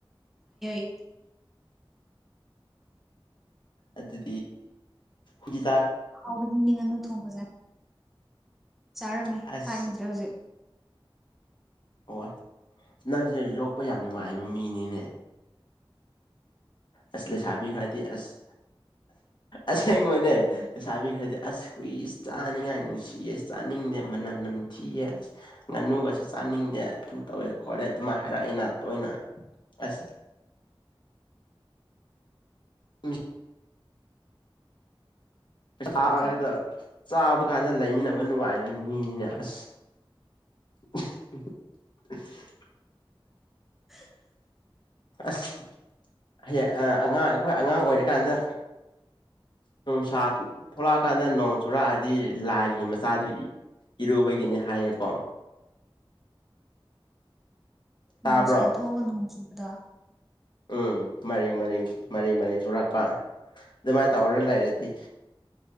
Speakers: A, in the centre; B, on the left.
A: <inaudible>
B: ꯑꯗꯨꯗꯤ ꯍꯖꯤ
A: ꯍꯥꯎꯕꯗꯤ ꯅꯤꯡ ꯉꯅꯨ ꯊꯣꯡꯕꯁꯦ ꯆꯥꯔꯃꯦ
B: ꯑꯁ
A: ꯆꯒꯗ꯭ꯔꯦ ꯍꯧꯖꯤꯛ
B: ꯍ ꯅꯪꯁ ꯍꯧꯛ ꯌꯣꯛꯄ ꯌꯥꯝ ꯅꯨꯡꯉꯥꯏꯕ ꯃꯤꯅꯤꯅꯦ ꯑꯁꯂ ꯆꯥꯕꯤ ꯈꯔꯗꯤ ꯑꯁ ꯑꯁꯦꯡꯕꯅꯦ ꯂꯩꯁꯥꯕꯤ ꯈ꯭ꯔꯗꯤ ꯑꯁ ꯍꯨꯏ ꯆꯥꯅꯤꯡꯉꯥꯏ ꯍꯨꯁ ꯆꯥꯅꯤꯡꯗꯦ ꯃꯅ ꯊꯤꯑ ꯉꯥꯅꯨꯒꯁꯦ ꯆꯥꯅꯤꯡꯗꯦ ꯑꯗꯨ ꯇꯧꯋꯦ ꯈꯣꯠꯂꯦ ꯑꯗꯨꯃꯥꯏ ꯍꯥꯏꯔꯛꯑꯦꯅ ꯇꯣꯏꯅ ꯑꯁ <inaudible> ꯎꯝ <unintelligible>
A: ꯀꯩ
B: ꯆꯥꯕ ꯀꯥꯟꯅ ꯂꯩꯃꯤꯟꯅꯕ ꯅꯨꯡꯉꯥꯏꯕ ꯃꯤꯅꯤꯅꯦ ꯑꯁ <unintelligible>
A: <unintelligible>
B: ꯑꯁ ꯍꯌꯦꯡ ꯑꯉꯥꯡ ꯑꯩꯈꯣꯏ ꯑꯉꯥꯡ ꯑꯣꯏꯔꯤꯀꯥꯟꯗ ꯅꯨꯡꯁꯥ ꯊꯣꯛꯂꯛꯑꯀꯥꯟꯗ ꯅꯣꯡ ꯆꯨꯔꯛꯑꯗꯤ ꯂꯥꯏꯒꯤ ꯃꯆꯥꯗꯨ ꯏ ꯏꯔꯨꯕꯒꯤꯅꯤ ꯍꯥꯏꯌꯦꯀꯣ ꯇꯥꯕ꯭ꯔꯣ
A: ꯅꯨꯡꯁꯥ ꯊꯣꯛꯑꯒ ꯅꯣꯡ ꯆꯨꯕꯗ
B: ꯎꯝ ꯃꯔꯤꯡ ꯃꯔꯤꯡ ꯃꯔꯤꯡ ꯃꯔꯤꯡ ꯆꯨꯔꯛꯄ ꯑꯗꯨꯃꯥꯏꯅ ꯇꯧꯔ ꯂꯩꯔꯗꯤ